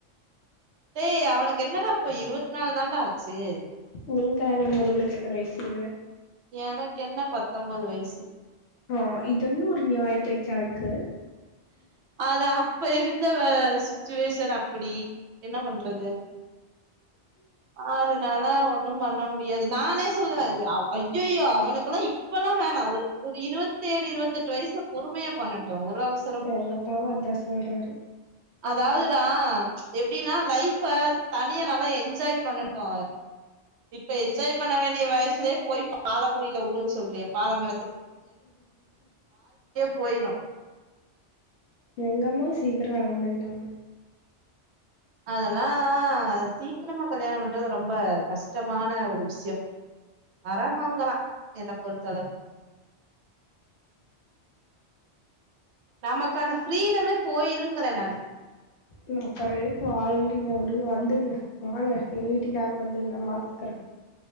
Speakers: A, on the right; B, on the left.
A: டேய் அவனுக்கு என்னடா இப்ப இருபத்தி நாலு தாண்டா ஆச்சு
B: நீங்க கல்யாணம் பண்ணும்போது உங்களுக்கு எத்தன வயசு
A: எனக்கு என்ன பத்தொன்பது வயசு
B: ஆ இது என்ன ஒரு நியாய பேச்சாருக்கு
A: அது அப்ப இருந்த சுச்சுவேஷன் அப்டி என்ன பண்றது அதனால ஒண்ணும் பண்ண முடி யாது நானே சொல்லுவேன் ஐயோ அவனுக்குல்லாம் இப்பல்லாம் வேணா ஒரு இருபத்த ஏழு இருபத்த எட்டு வயசுல பொறுமயா பண்ணட்டும் ஒரு அவசம்
B: எங்க அப்பாவும் அதா சொல்றாரு
A: அதாவதுடா எப்டின்னா லைஃப்ப தனியா நல்லா என்ஜாய் பண்ணட்டு இப்ப என்ஜாய் பண்ண வேண்டிய வயசுலயே போய் பாலங்குடில உள்ள சொல்றியா பாலங்க போயிரு
B: எங்கம்மாவு சீக்கிரம் கல்யாண பண்ணிட்டாங்க
A: அதல்லாம் சீக்கிரமா கல்யாணம் பண்றது ரொம்ப கஷ்டமான ஒரு விஷயம் அரகாங்காம் என்ன பொறுத்தளவுக்கு நமக்கான ஃப்ரீடமே போயிருங்கறேன் நா
B: அ அப்ற எதுக்கு வாழ்றீங்க விடுங்க வந்துருங்க வாங்க எங்க வீட்டுக்கு களம்பி வந்துருங்க பாத்துக்கறேன்